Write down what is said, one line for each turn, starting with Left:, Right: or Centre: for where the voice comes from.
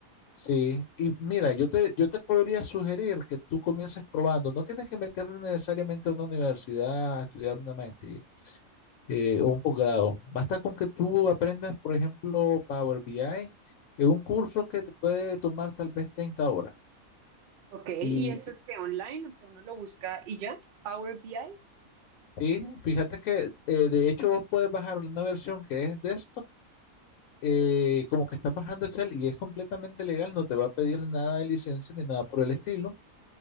Left: sí, y mira, yo te, yo te podría sugerir que tú comiences probando. No tienes que meterte necesariamente a una universidad a estudiar una maestría eh, o un posgrado. Basta con que tú aprendas, por ejemplo, Power BI, es un curso que te puede tomar tal vez 30 horas.
Right: Ok, ¿y
Left: Y
Right: eso
Left: que-
Right: es que online? O sea, uno lo busca y ya. Power BI.
Left: sí, fíjate que eh, de hecho vos puedes bajar una versión que es de esto eh, como que estás bajando Excel y es completamente legal, no te va a pedir nada de licencia ni nada por el estilo.